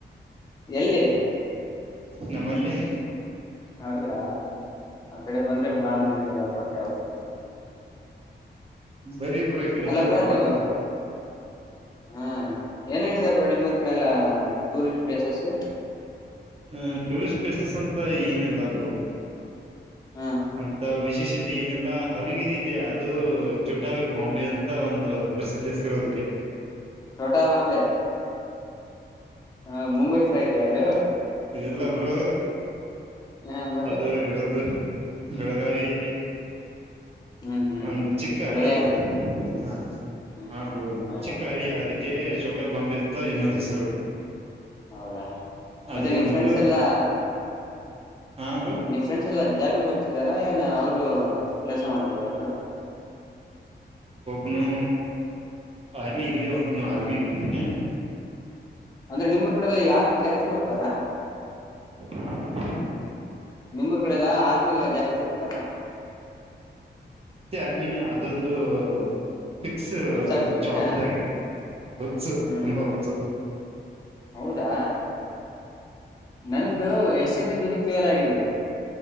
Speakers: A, on the left; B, on the right.
A: ಎಲ್ಲಿ
B: ನಮ್ಮಲ್ಲಿ.
A: ಹೌದಾ ಆ ಕಡೆ ಬಂದ್ರೆ ಮಾಡಾರ್ದೇನ ಇವ್ರ ಪಕ್ಕ ವಸ್ಥನೆ.
B: ಬರೀ ಬ್ರೋ ಈ ಕಡೆದ್ದು
A: ಅಲ್ಲ ಬ್ರಾ
B: ಪ್ರವಾಸ
A: ನೀವು ಹಾ ಏನ್ ಹೇಳಿದ. ಇಬ್ ನಿಮ್ಮೂರ್ ಕಡೆ ಎಲ್ಲಾ ಟೂರಿಸ್ಟ್ ಪ್ಲೇಸಸ್
B: ಹ ಟೂರಿಸ್ಟ್ ಪ್ಲೇಸಸ್ ಅಂತ ಏನಲ್ಲಬ್ರು
A: ಹಾ
B: ಅಂತ. ವಿಶೇಷತೆ ಏನಿಲ್ಲ ಹರಗಿರಿ ಇದೆ ಅದು ಚೊಟ್ಟ ಬಾಂಬೆ ಅಂತ ಒಂದು ಪ್ರಸಿದ್ಧತಿರೋದಕ್ಕೆ. ಕೆ <inaudible>
A: ಚೋಟಾ ಬಾಂಬೆ ಹ ಮುಂಬೈಸ ತ ಅದು.
B: ಎಲ್ಲಬ್ರು
A: ಹ ಮತ್ತೆ
B: ಅದು ಇರದುು ಬೆಳಗಾವಿಯಲ್ಲಿ.
A: ಹ್ಮ್ ಹ್ಮ್
B: ಒಂದು
A: ಹ್ಮ್
B: ಚಿಕ್ಕ
A: ಬೆಳಗಾವಿನಲ್ಲ
B: ಹಳ್ಳಿ ಹ.
A: ಹ
B: ಆಗ್ದು
A: ಹ ಹೌದಾ
B: ಚಿಕ್ಕ ಹಳ್ಳಿಯ ಅದಕ್ಕೆ ಚೋಟ ಬಾಂಬಿ ಅಂತ ಇನ್ನೊಂದು ಹೆಸರು.
A: ಹೌದಾ ಮತ್ತೆ
B: ಅಲ್ಲಿ
A: ನೀವು
B: ಒಂದು
A: ಫ್ರೆಂಡ್ಸ್ ಎಲ್ಲಾ.
B: ಹಾ ಬ್ರೋ
A: ನಿವ ಫ್ರೆಂಡ್ಸ್ ಎಲ್ಲಾ ಜಾಬಿಗೆ ಹೋಗತಿದಾರ ಏನ ಅವ್ರ. ಕೆಲ್ಸ ಮಾಡ್ತಿದಾರ್ರ ಬ್ರೋ.
B: ಇನು ಆರ್ಮಿಗಿದೆ ಒ ಆರ್ಮಿ ಹೋಗಿದ್ದಾನೆ.
A: ಅಂದ್ರೆ ನಿಮ ಕಡೆಲ್ಲ ಯಾರ್ಗು ಜಾಸ್ತಿ ಹೋಗ್ತಾರಾ.
B: ಹಾ ಬ್ರೋ.
A: ನಿಮ್ಮರ್ ಕಡೆ ಎಲ್ಲ ಆದರ್ಮಿಗೆಲ್ಲಾ ಜಾಸ್ತಿ ಹೋಗ್ತಾರ.
B: ಅಮನ್ ಅದೊಂದು. ಫಿಕ್ಸ್
A: ಹುಚ್ಚಾಗ್ಬಿಟ್ಟಿದ್ಯಾ
B: ಜಾಬ್ ಇದ್ದಾಗೆ ಹೊುತ್ಸು
A: ಹ್ಮ್
B: ತುಂಬಾ ಹೊತ್ತು.
A: ಹೌದಾ ನಂದು ಯಶಸ್ ದುಡಿ ಪೇರ್ ಆಗಿದ.